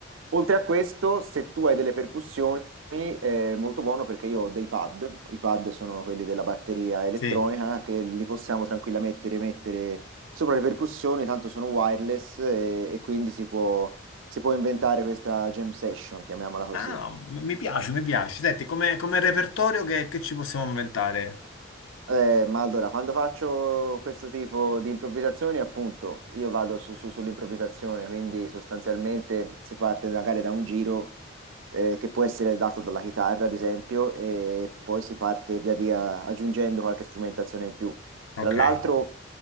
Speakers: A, on the right (about 75°); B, on the left (about 80°).
A: Oltre a questo, se tu hai delle percussioni, è molto buono perché io ho dei pad. I pad sono quelli della batteria elettronica
B: Sì.
A: che li possiamo tranquillamente rimettere sopra le percussioni, tanto sono wireless e, e quindi si può, si può inventare questa jam session, chiamiamola così.
B: Ah, m- mi piace, mi piace. Senti, come, come repertorio che, che ci possiamo inventare?
A: Eh, ma allora, quando faccio questo tipo di improvvisazioni, appunto, io vado su- su- sull'improvvisazione, quindi sostanzialmente si parte magari da un giro eh, che può essere dato dalla chitarra, ad esempio, e poi si parte via via aggiungendo qualche strumentazione in più.
B: Ok.
A: Tra l'altro,